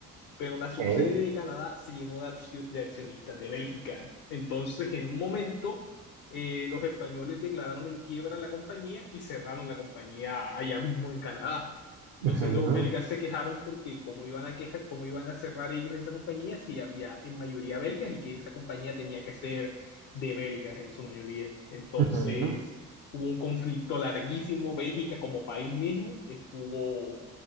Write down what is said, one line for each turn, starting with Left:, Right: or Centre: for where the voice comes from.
Left: pero la
Right: Ok.
Left: subsede de Canadá se llenó de, accio- de accionistas de Bélgica. Entonces, en un momento, eh, los españoles declararon en quiebra la compañía y cerraron la compañía allá mismo en Canadá.
Right: Ujú,
Left: Entonces, los belgas se quejaron porque cómo iban a quejar, cómo iban a cerrar ellos esa compañía si había en mayoría belgas y que esa compañía tenía que ser de belgas en su mayoría. Entonces,
Right: ujú.
Left: hubo un conflicto larguísimo. Bélgica como país mismo estuvo